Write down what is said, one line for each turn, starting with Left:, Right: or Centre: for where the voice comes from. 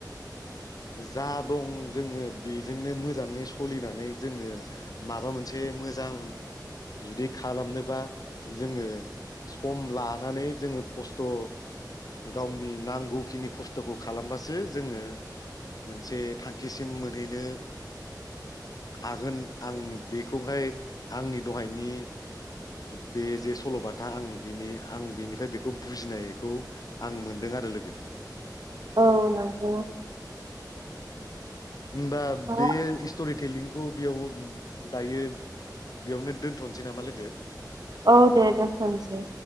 Right: <inaudible>
Left: जा दं जोङो बेजोंनो मोजाङै सलिनानै जोङो माबा मोनसे मो जां जुदि खालामनोबा जोङो सम लानानै जोङो खस्थ' गावनि नांगौखिनि खस्थ'खौ खालामबासो जोङो‌। मोनसे थांखिसिम मोनहैनो हागोन आं बेखौहाय आंनि दहायनि बे जे सल'बाथा आं बिनि आं बिनिफ्राय बेखौ बुजिनायखौ आं मोन दों आरो लोगो।
Right: औ नंगौ।
Left: ओमबा
Right: दा-
Left: बे इसट'रि थेलिंखौ बेयाव दायो बेयावनो दोनथ'नोसै नामा लोगो?
Right: औ दे दोनथनिसै